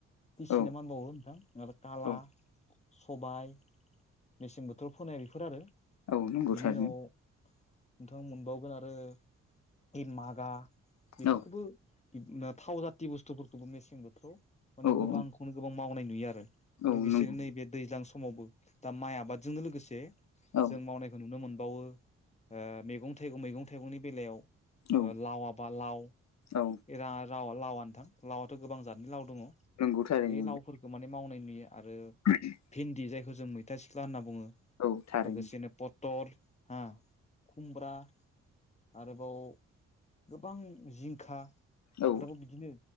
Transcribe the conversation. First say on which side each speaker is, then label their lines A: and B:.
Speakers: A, on the left (about 20°); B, on the left (about 55°).
A: दिसिना
B: औ
A: मानबावो नोंथां काला
B: औ
A: सबाय मेसें बोथोराव फोनाय बेफोर आरो बेनि
B: औ नंगौ थारैनो
A: उनाव नोंथाङा मोनबावगोन आरो इन मागा बेफोरखौबो
B: औ
A: थाव जाथि बुस्थुफोरखौबो मेसें बोथोराव माने गोबांखौनो
B: औ
A: गोबां मावनाय नुयो आरो
B: औ
A: लोगोसेनो
B: नंगौ
A: नैबे दैज्लां समावबो दा माइ आबादजोंनो लोगोसे
B: औ
A: जों मावनायखौ नुनो मोनबावो मैगं थाइगं मैगं थाइगंनि बेलायाव
B: औ
A: लाव बा लाव
B: औ
A: लावा लावा नोथां लावआथ' गोबां जतनि लाव दङ
B: नंगौ थारैनो
A: बे लावफोरखौ माने मावनाय नुयो आरो
B: <unintelligible>
A: भिन्दि जायखौ जों मैथा सिख्ला होनना बुङो
B: औ थारैनो
A: लोगोसेनो प तल ह खुमब्रा आरोबाव गोबां जिंखा
B: औ
A: आरोबाव बिदिनो